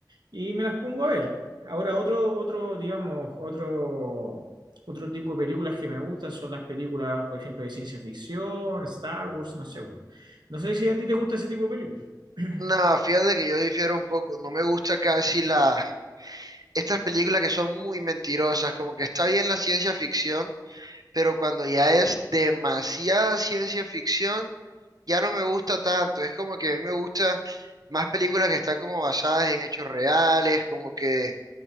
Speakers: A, on the right; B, on the right.
A: y me las pongo a ver. Ahora otro, otro, digamos, otro otro tipo de películas que me gustan son las películas, por ejemplo, de ciencia ficción, Star Wars, no sé. No sé si a ti te gusta ese tipo de películas. <clears throat>
B: No, fíjate que yo difiero un poco. No me gusta casi la... Estas películas que son muy mentirosas, como que está bien la ciencia ficción, pero cuando ya es demasiada ciencia ficción ya no me gusta tanto. Es como que a mí me gusta más películas que están como basadas en hechos reales, como que,